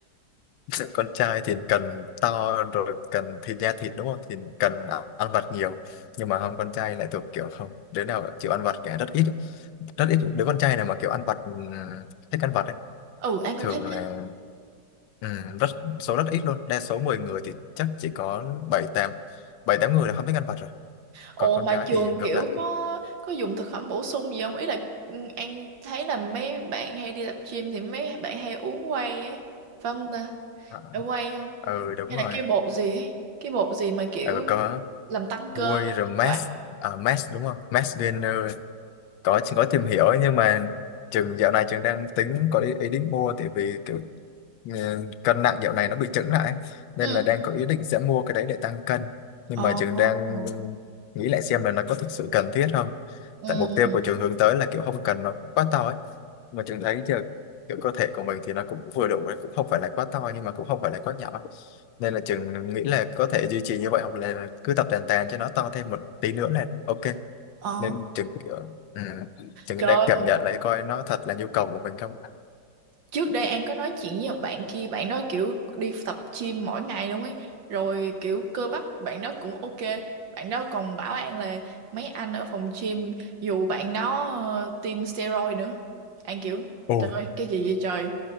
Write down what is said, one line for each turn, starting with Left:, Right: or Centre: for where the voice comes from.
Left: <laughs> con trai thì cần to rồi cần thịt da thịt đúng không thì cần ăn vặt nhiều nhưng mà không con trai lại thuộc kiểu không đứa nào chịu ăn vặt cả rất ít rất ít đứa con trai nào mà kiểu ăn vặt ừm, thích ăn vặt ấy
Right: ừ, An cũng
Left: thường
Right: thấy
Left: là
Right: thế.
Left: ừm, rất số rất ít luôn đa số 10 người thì chắc chỉ có bảy tám bảy tám người là không thích ăn vặt rồi
Right: Ồ
Left: còn con
Right: mà
Left: gái
Right: trường
Left: thì ngược
Right: kiểu
Left: lại
Right: có có dùng thực phẩm bổ sung gì không? Ý là ừ, An thấy là mấy bạn hay đi tập gym thì mấy bạn hay uống whey ấy. Phải không ta?
Left: Ờ,
Right: Phải whey không?
Left: ờ, ừ đúng
Right: Hay
Left: rồi
Right: là cái bột gì ấy? Cái bột gì mà kiểu
Left: ừ, có
Right: làm tăng cơ
Left: Guy rồi Max
Right: vậy?
Left: à, Max đúng không Max Gainer có có tìm hiểu ấy, nhưng mà trường dạo này trường đang tính có ý, ý định mua tại vì kiểu ờ, cân nặng dạo này nó bị chững lại ấy. nên
Right: Ừ.
Left: là đang có ý định sẽ mua cái đấy để tăng cân nhưng mà
Right: Ồ.
Left: trường đang nghĩ lại xem là nó có thực sự cần thiết không
Right: Ừ.
Left: tại mục tiêu của trường hướng tới là kiểu không cần nó cũng quá to ấy mà trường thấy giờ kiểu cơ thể của mình thì nó cũng vừa đủ đấy, cũng không phải là quá to nhưng mà cũng không phải là quá nhỏ nên là trường nghĩ là có thể duy trì như vậy hoặc là cứ tập tàn tàn cho nó to thêm một tí nữa là ok
Right: Ồ,
Left: nên chừng kiểu ừ, chừng
Right: trời
Left: đang
Right: ơi,
Left: cảm nhận lại coi nó thật là nhu cầu của mình không
Right: trước đây An có nói chuyện với một bạn kia, bạn đó kiểu đi tập gym mỗi ngày luôn ấy, rồi kiểu cơ bắp bạn đó cũng ok, bạn đó còn bảo An là mấy anh ở phòng gym dù bạn đó ờ, tiêm steroid nữa. An kiểu,
Left: ôi
Right: trời ơi, cái gì vậy trời,